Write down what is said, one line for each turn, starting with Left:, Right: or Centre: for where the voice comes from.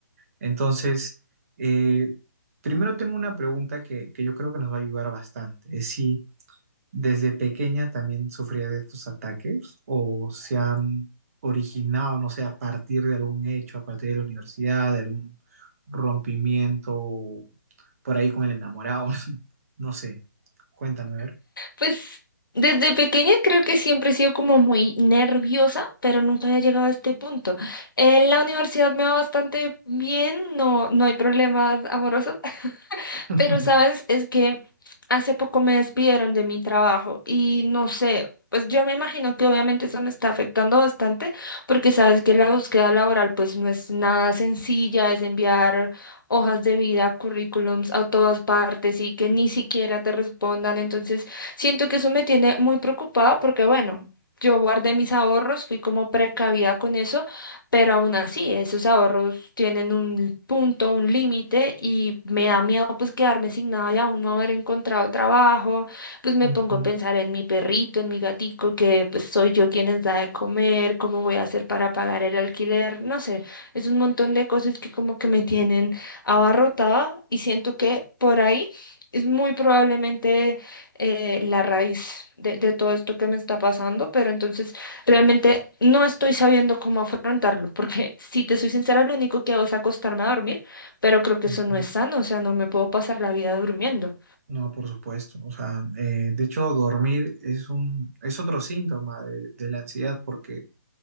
Right: Entonces, eh, primero tengo una pregunta que, que yo creo que nos va a ayudar bastante. Es si ¿Desde pequeña también sufría de estos ataques o se han originado, no sé, a partir de algún hecho, a partir de la universidad, de algún rompimiento por ahí con el enamorado? <laughs> No sé, cuéntame, a ver.
Left: Pues desde pequeña creo que siempre he sido como muy nerviosa, pero nunca había llegado a este punto. En la universidad me va bastante bien, no, no hay problemas amorosos,
Right: <laughs>
Left: Pero, ¿sabes? Es que hace poco me despidieron de mi trabajo y no sé, pues yo me imagino que obviamente eso me está afectando bastante porque sabes que la búsqueda laboral pues no es nada sencilla, es enviar hojas de vida, currículums a todas partes y que ni siquiera te respondan. Entonces, siento que eso me tiene muy preocupada porque, bueno, yo guardé mis ahorros, fui como precavida con eso pero aún así, esos ahorros tienen un punto, un límite y me da miedo pues quedarme sin nada y aún no haber encontrado trabajo. Pues me
Right: Ujú,
Left: pongo a pensar en mi perrito, en mi gatico, que pues soy yo quien les da de comer, cómo voy a hacer para pagar el alquiler, no sé, es un montón de cosas que como que me tienen abarrotada y siento que por ahí es muy probablemente eh, la raíz de, de todo esto que me está pasando, pero entonces... Realmente no estoy sabiendo cómo afrontarlo, porque si te soy sincera, lo único que hago es acostarme a dormir, pero creo que
Right: ujú.
Left: eso no es sano, o sea, no me puedo pasar la vida durmiendo.
Right: No, por supuesto. O sea, eh, de hecho, dormir es un, es otro síntoma de, de la ansiedad porque